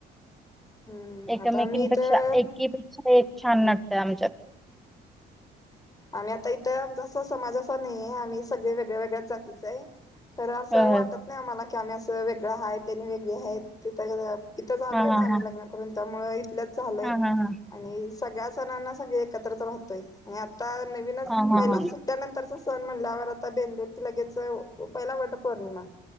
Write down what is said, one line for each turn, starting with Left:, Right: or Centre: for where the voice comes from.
Left: हम्म
Centre: एकामेकी-पेक्षा,
Left: आता मी इथं
Centre: एकी-पेक्षा एक छान नटतेयं आमच्यात.
Left: आम्ही आता इथं आमचा असा समाज असा नाही आहे, आम्ही सगळे वेगळ्या- वेगळ्याच जातीचं आहे. खरं असं
Centre: होय
Left: वाटत
Centre: होय
Left: नाही आम्हाला, की आम्ही असं वेगळं आहे आणि ती वेगळी आहे ती. इथंच आलोय
Centre: हा
Left: ना
Centre: हा
Left: आम्ही लग्न करून, त्यामुळ इथंल्याच झालोय.
Centre: हा हा हा
Left: आणि सगळ्या सणांना सगळे एकत्रच राहतोय, आणि आता नवीनच
Centre: हा
Left: पहिला
Centre: हा हा
Left: सुट्ट्या-नंतरचा सण म्हणल्यावर आता बेंदुर कि लगेच, पहिला वट पौर्णिमा.